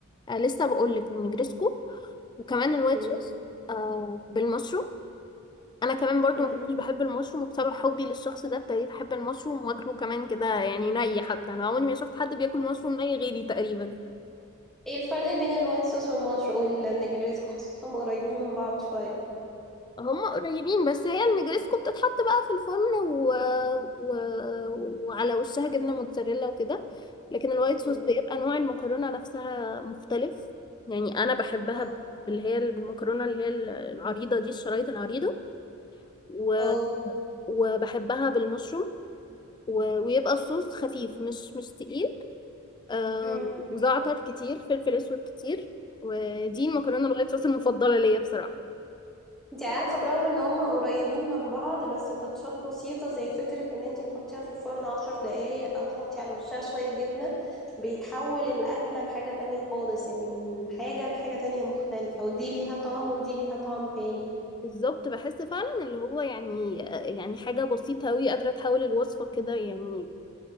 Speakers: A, on the left; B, in the centre.
A: آه، لسه بقول لك النجريسكو وكمان الوايت
B: مم.
A: صوص آه بالمشروم انا كمان برضو
B: مم.
A: ما كنتش بحب المشروم وبسبب حبي للشخص ده ابتديت احب المشروم واكله كمان كده يعني ني حتى انا عمري ما شفت حد بياكل مشروم ني غيري تقريبا
B: ايه الفرق بين الوايت صوص والمشروب والنجريسكو حاسسهم قريبين من بعض شوية
A: هم قريبين بس هي النجريسكو بتتحط بقى في الفرن و... و... وعلى وشها جبنة موتزاريلا وكده لكن الوايت
B: ايوه
A: صوص بيبقى نوع المكرونة نفسها مختلف يعني أنا بحبها
B: اه
A: ب- باللي هي المكرونة اللي هي العريضة دي الشرايط العريضة و...
B: أه.
A: وبحبها بالمشروم و... ويبقى الصوص خفيف مش مش تقيل آه...
B: مم.
A: وزعتر كتير فلفل أسود كتير ودي المكرونة الوايت صوص المفضلة ليا بصراحة
B: انت عارفة برغم ان هما قريبين من بعض بس تاتشات بسيطة زي فكرة ان انت تحطيها في الفرن عشر دقايق او تحطي على وشها شوية جبنة بيحول الأكلة لحاجة تانية خالص يعني من حاجة لحاجة تانية مختلفة ودي ليها طعم ودي ليها طعم تاني
A: بالظبط بحس فعلا اللي هو يعني يعني حاجة بسيطة أوي قادرة تحول الوصفة كده يعني